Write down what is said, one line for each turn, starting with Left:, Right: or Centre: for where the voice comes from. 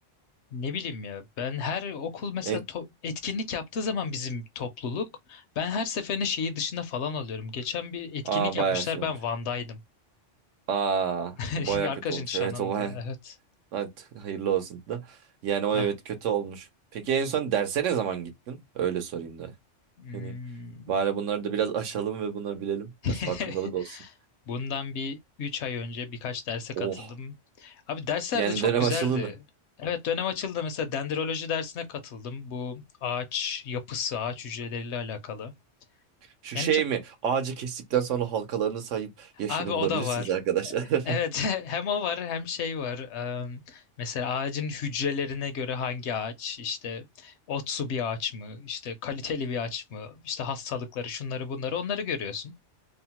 Left: ne bileyim ya ben her okul mesela
Right: En,
Left: to- etkinlik yaptığı zaman bizim topluluk ben her seferinde şehir dışında falan alıyorum. Geçen bir etkinlik
Right: aa
Left: yapmışlar
Right: bayağı şey
Left: ben
Right: olmuş.
Left: Van'daydım.
Right: Aa
Left: <laughs>
Right: o bayağı
Left: Arkadaşın
Right: kötü olmuş.
Left: nişanında
Right: <laughs> Evet o bayağı
Left: evet.
Right: Evet, hayırlı olsun da. Yani o
Left: Heh.
Right: evet kötü olmuş. Peki en son derse ne zaman gittin? Öyle sorayım da.
Left: Hmm.
Right: Yani bari bunları da biraz aşalım ve bunları bilelim. Biraz
Left: <laughs>
Right: farkındalık olsun.
Left: Bundan bir 3 ay önce birkaç derse katıldım.
Right: Oh.
Left: Abi dersler
Right: Yani
Left: de çok
Right: dönem
Left: güzeldi.
Right: aşılığını.
Left: Evet dönem açıldı mesela dendroloji dersine katıldım. Bu ağaç yapısı, ağaç hücreleriyle alakalı.
Right: Şu
Left: Yani
Right: şey
Left: çok
Right: mi? Ağacı kestikten sonra halkalarını sayıp yaşını
Left: abi o
Right: bulabilirsiniz
Left: da var.
Right: arkadaşlar. <laughs>
Left: Evet <laughs> hem o var hem şey var. Em, mesela ağacın hücrelerine göre hangi ağaç işte otsu bir ağaç mı işte kaliteli bir ağaç mı işte hastalıkları şunları bunları onları görüyorsun.